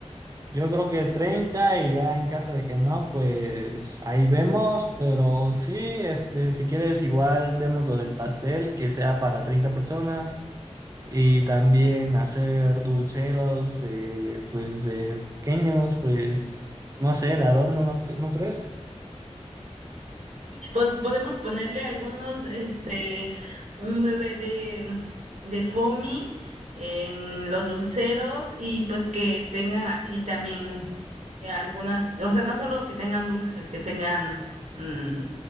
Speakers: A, on the right; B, on the right.
A: yo creo que 30 y ya en caso de que no, pues ahí vemos, pero sí, este, si quieres igual vemos lo del pastel, que sea para 30 personas. y también hacer dulceros de, pues, de pequeños, pues, no sé, de adorno, ¿no, cre- no crees?
B: Pon- Podemos ponerle algunos, este, un bebé de, de foamy en los dulceros y pues que tengan así también eh, algunas, o sea, no solo que tengan dulces, que tengan mm,